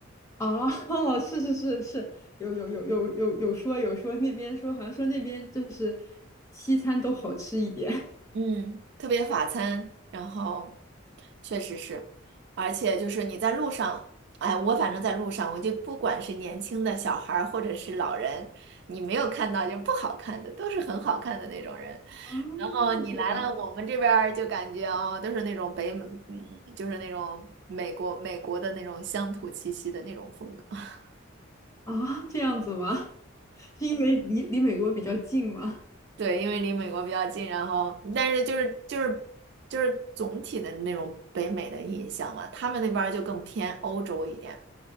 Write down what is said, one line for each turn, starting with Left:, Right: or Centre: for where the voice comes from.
Left: 哦，<laughs> 是是是是，有有有有有有说有说那边说，好像说那边就是西餐都好吃一点。<laughs>
Right: 嗯，特别法餐，然后确实是，而且就是你在路上，哎，我反正在路上，我就不管是年轻的小孩儿或者是老人，你没有看到就不好看的，都是很好看的那种人。
Left: 哦，
Right: 然后你来了，
Left: 这样
Right: 我们这边儿就感觉哦，都是那种北美，嗯，就是那种美国美国的那种乡土气息的那种风格。<laughs>
Left: 啊，这样子吗？是因为离离美国比较近吗？
Right: 对，因为离美国比较近，然后但是就是就是就是总体的那种北美的印象嘛，他们那边儿就更偏欧洲一点，